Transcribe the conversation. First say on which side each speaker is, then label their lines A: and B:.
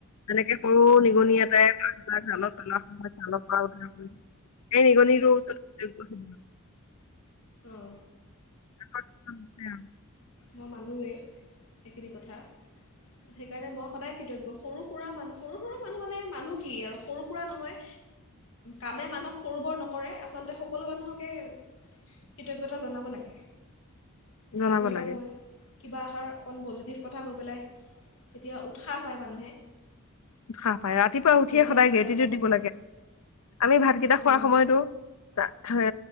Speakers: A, on the left (about 80°); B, on the left (about 65°).
A: যেনেকে সৰু
B: হয়
A: নিগনি এটাই বাঘ এটা জালত জালৰ পৰা উদ্ধাৰ কৰি সেই নিগনি নিগনিটোৰ ওচৰত কৃতজ্ঞ।
B: অহ।
A: অহ, উম-উম।
B: মই মানোৱেই, সেইখিনি কথা। সেইকাৰণে মই সদায় কৃতজ্ঞ, সৰু-সুৰা মানু সৰু-সুৰা মানুহ মানে মানুহ কি আৰু সৰু-সুৰা নহয় কামে মানুহক সৰু বৰ নকৰে আচলতে সকলো মানুহকে কৃতজ্ঞতা জনাব লাগে। থেংক
A: জনাব
B: ইউ এটা
A: লাগে
B: কৈ। কিবা এষাৰ অকণ পজিটিভ কথা কৈ পেলাই তেতিয়া উৎসাহ পায় মানুহে।
A: উৎসাহ পায় ৰাতিপুৱা উঠিয়ে
B: বেছি
A: সদায়
B: আগুৱাই
A: গেতেটো
B: যাব পাৰে
A: দিব লাগে। আমি ভাতকেইটা খোৱাৰ
B: অঁ
A: সময়তো হে